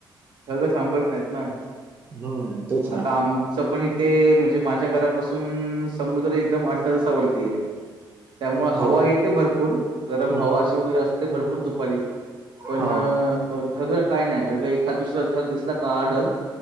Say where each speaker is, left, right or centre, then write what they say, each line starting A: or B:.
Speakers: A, on the right; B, on the right.
A: सगंळ थांबत नाहीत ना
B: हम्म तेच ना
A: आता आमच पण इथे म्हणजे माझ्या घरापासून समुद्र एकदम आर्ध्या तासा वर ये त्यामुळे हवा
B: हो हम्म
A: येते भरपूर गरम हवा
B: हम्म
A: अशी वगैरे असते भरपूर दुपारी पण
B: हा
A: ढग काय नाही ढग एखाद दुसर ढग दिसला काळा ढग